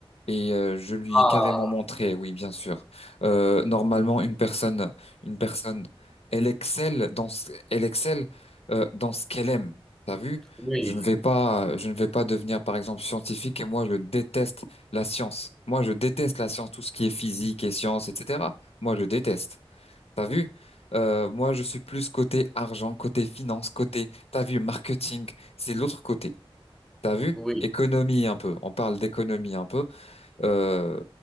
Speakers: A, on the left; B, in the centre.
A: et euh, je lui
B: Ah,
A: ai carrément montré, oui, bien sûr. Euh, normalement, une personne, une personne, elle excelle dans ce, elle excelle euh, dans ce qu'elle aime. T'as vu?
B: Oui,
A: Je ne vais pas, je ne vais pas devenir, par exemple, scientifique et moi, je déteste la science. Moi, je déteste la science, tout ce qui est physique et science, etc. Moi, je déteste. T'as vu? Euh, moi, je suis plus côté argent, côté finance, côté, t'as vu, marketing, c'est l'autre côté. T'as vu?
B: oui,
A: Économie un peu. On parle d'économie un peu. Euh,